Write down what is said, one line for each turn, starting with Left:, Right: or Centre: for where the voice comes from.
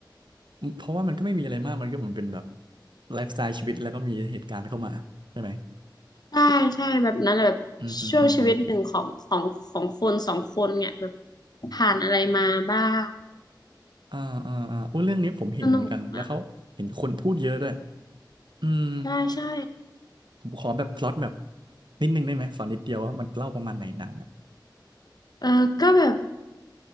Right: เพราะว่ามันก็ไม่มีอะไรมากมันก็เหมือนเป็นแบบไลฟ์สไตล์ชีวิตแล้วก็มีเหตุการณ์เข้ามาใช่ไหม
Left: ใช่ใช่แบบนั้นแหละแบบ
Right: อืมอืมอืมอืม
Left: ช่วงชีวิตหนึ่งของของของคนสองคนเนี่ยแบบผ่านอะไรมาบ้าง
Right: อ่าอ่าอ่าโอ้เรื่องนี้ผมเห็นเหมือนกันแล้วเขาเห็นคนพูดเยอะด้วย
Left: สนุกนะ
Right: อืม
Left: ใช่ใช่
Right: ผมขอแบบพล็อตแบบนิดนึงได้ไหมสอนนิดเดียวว่ามันเล่าประมาณไหนหนังอ่ะ
Left: เออก็แบบ